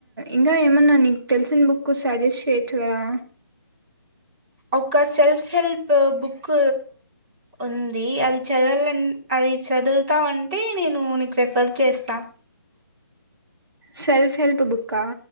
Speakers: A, on the right (about 75°); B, on the right (about 20°).
A: ఇంకా ఏమన్నా నీకు తెలిసిన బుక్ సజెస్ట్ చేయొచ్చు కదా
B: ఒక సెల్ఫ్ హెల్ప్ బుక్ ఉంది అది చదవాలని అది చదువుతాంటే నేను నీకు రిఫర్ చేస్తా
A: సెల్ఫ్ హెల్ప్ బుక్కా